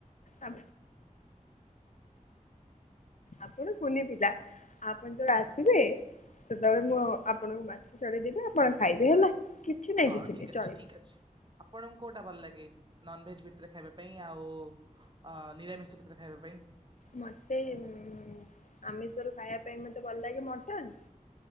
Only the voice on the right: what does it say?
ହଉ
ଠିକ
ଅଛି
ଠିକ ଅଛି। ଆପଣଙ୍କୁ କୋଉଟା ଭଲ ଲାଗେ ନନଭେଜ ଭିତରେ ଖାଇବା ପାଇଁ ଆଉ? ଅ ନିରାମିଷ ଭିତରେ ଖାଇବା ପାଇଁ।